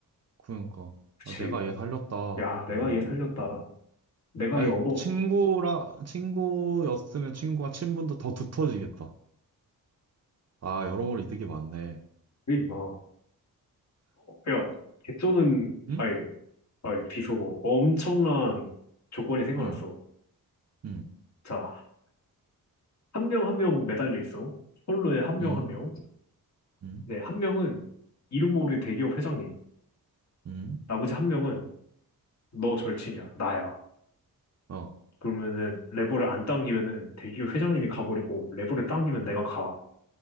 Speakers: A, on the right; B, on the left.
A: 그니까
B: 그치?
A: 아, 내가 얘 살렸다.
B: 야, 내가
A: 어,
B: 얘 살렸다. 내가
A: 아니
B: 얘 업어.
A: 친구라 친구였으면 친구와 친분도 더 두터워지겠다. 아 여러모로 이득이 많네.
B: 왜 임마. 어, 야, 개쩌는,
A: 응?
B: 아이, 아이, 비속어. 엄청난 조건이 생겨났어.
A: 응, 응,
B: 자, 한 명 한 명 매달려 있어. 선로에 한 명
A: 응,
B: 한 명.
A: 응,
B: 네, 한 명은 이름 모를 대기업 회장님.
A: 응.
B: 나머지 한 명은 너 절친이야. 나야.
A: 어,
B: 그러면은 레버를 안 당기면은 대기업 회장님이 가버리고 레버를 당기면 내가 가.